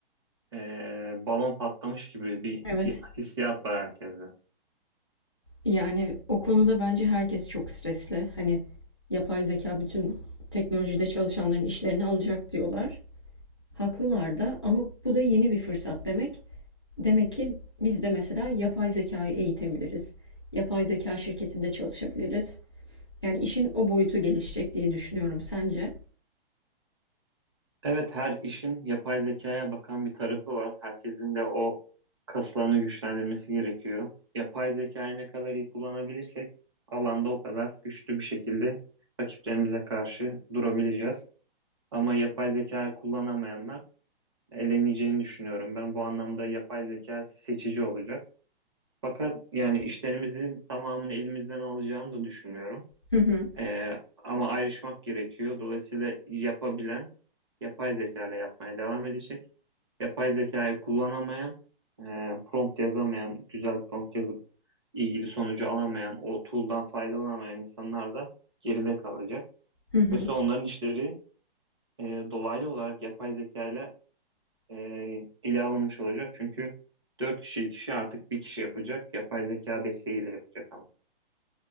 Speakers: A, on the right; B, on the left.
A: e, balon patlamış gibi bir
B: Evet.
A: hi- hissiyat var herkeste.
B: Yani o konuda bence herkes çok stresli. Hani yapay zeka bütün teknolojide çalışanların işlerini alacak diyorlar. Haklılar da ama bu da yeni bir fırsat demek. Demek ki biz de mesela yapay zekayı eğitebiliriz. Yapay zeka şirketinde çalışabiliriz. Yani işin o boyutu gelişecek diye düşünüyorum. Sence?
A: Evet her işin yapay zekaya bakan bir tarafı var. Herkesin de o kaslarını güçlendirmesi gerekiyor. Yapay zekayı ne kadar iyi kullanabilirsek alanda o kadar güçlü bir şekilde rakiplerimize karşı durabileceğiz. Ama yapay zekayı kullanamayanlar eleneceğini düşünüyorum. Ben bu anlamda yapay zeka seçici olacak. Fakat yani işlerimizin tamamını elimizden alacağını da düşünmüyorum.
B: Hı hı.
A: Ee, ama ayrışmak gerekiyor. Dolayısıyla yapabilen yapay zeka ile yapmaya devam edecek. Yapay zekayı kullanamayan, e, prompt yazamayan, güzel prompt yazıp ilgili sonucu alamayan, o tool'dan faydalanamayan insanlar da geride kalacak.
B: Hı hı.
A: Mesela onların işleri e, dolaylı olarak yapay zekayla e, ele alınmış olacak. Çünkü 4 kişilik işi artık bir kişi yapacak. Yapay zeka desteğiyle yapacak ama.